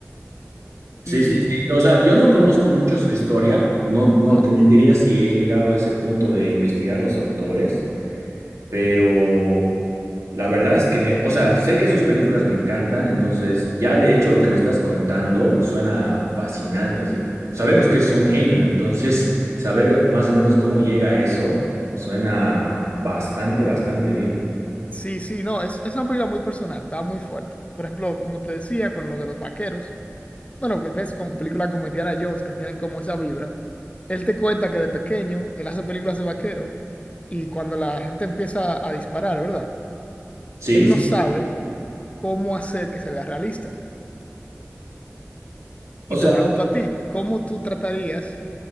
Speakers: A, on the right; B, on the left.
A: Sí,
B: Y,
A: sí, sí. O sea, yo no conozco mucho su historia. No, no
B: ajá,
A: te mentiría si he llegado a ese punto de investigar los autores. pero la verdad es que me, o sea, sé que sus películas me encantan, entonces ya de hecho lo que me estás contando suena fascinante, así sabemos que es un genio, entonces saber más o menos cómo llega a eso suena bastante, bastante bien.
B: sí, sí, no, es, es una película muy personal, da muy fuerte. Por ejemplo, como te decía, con lo de los vaqueros. Bueno, que ves con películas como Indiana Jones que tienen como esa vibra. Él te cuenta que de pequeño él hace películas de vaquero y cuando la gente empieza a disparar, ¿verdad?
A: Sí,
B: Él
A: sí,
B: no sabe
A: sí.
B: cómo hacer que se vea realista. Y
A: O sea,
B: te pregunto a ti, ¿cómo tú tratarías,